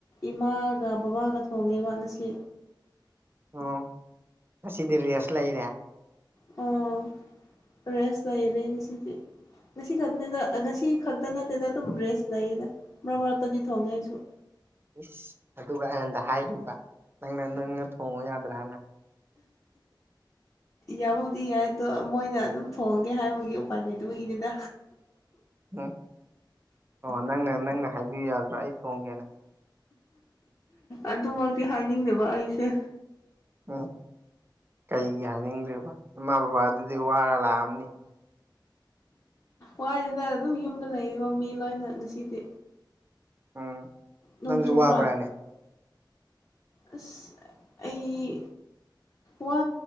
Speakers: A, on the left; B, on the right.
A: ꯏꯃꯥꯒ ꯕꯕꯥꯒ ꯊꯣꯡꯉꯦꯕ ꯉꯁꯤ
B: ꯑꯣ ꯉꯁꯤꯗꯤ ꯔꯦꯁ ꯂꯩꯔꯦ
A: ꯑꯣ ꯔꯦꯁ ꯂꯩꯔꯦ ꯉꯁꯤꯗꯤ ꯉꯁꯤ ꯈꯛꯇꯅꯤꯗ ꯉꯁꯤ ꯈꯛꯇ ꯅꯠꯇꯦꯗ ꯑꯗꯨꯝ ꯔꯦꯁ ꯂꯩꯌꯦꯗ ꯃꯔꯛ ꯃꯔꯛꯇꯗꯤ ꯊꯣꯡꯉꯦ ꯑꯩꯁꯨ
B: ꯏꯁ ꯑꯗꯨꯒ ꯑꯩꯍꯟꯗ ꯍꯥꯏꯨꯕ ꯅꯪꯅ ꯅꯪꯅ ꯊꯣꯡꯉꯨ ꯌꯥꯗ꯭ꯔꯥꯅ
A: ꯌꯥꯕꯕꯨꯗꯤ ꯌꯥꯏ ꯑꯗꯣ ꯃꯣꯏꯅ ꯑꯗꯨꯝ ꯊꯣꯡꯉꯒꯦ ꯍꯥꯏꯕꯒꯤ ꯎꯄꯥꯏꯅꯤꯗꯨꯕꯒꯤꯅꯤꯗ
B: ꯎꯝ ꯑꯣ ꯅꯪꯅ ꯅꯪꯅ ꯍꯥꯏꯕꯤꯌꯨ ꯌꯥꯗ꯭ꯔꯥ ꯑꯩ ꯊꯣꯡꯒꯦꯅ
A: ꯑꯗꯨꯃꯛꯇꯤ ꯍꯥꯏꯅꯤꯡꯗꯦꯕ ꯑꯩꯁꯦ
B: ꯎꯝ ꯀꯩꯒꯤ ꯍꯥꯏꯅꯤꯡꯗ꯭ꯦꯔꯤꯕ ꯏꯃꯥ ꯕꯕꯥ ꯑꯗꯨꯗꯤ ꯋꯥꯔ ꯂꯥꯛꯑꯝꯅꯤ
A: ꯋꯥꯔꯤꯁꯤꯗ ꯑꯗꯨꯝ ꯌꯨꯝꯗ ꯂꯩꯔꯤꯕ ꯃꯤ ꯂꯣꯏꯅ ꯉꯁꯤꯗꯤ
B: ꯎꯝ
A: ꯅꯣꯡꯖꯨꯕ꯭ꯔꯥ
B: ꯅꯪꯁꯨ ꯋꯥꯕ꯭ꯔꯥꯅꯦ
A: ꯑꯁ ꯑꯩ ꯋꯥ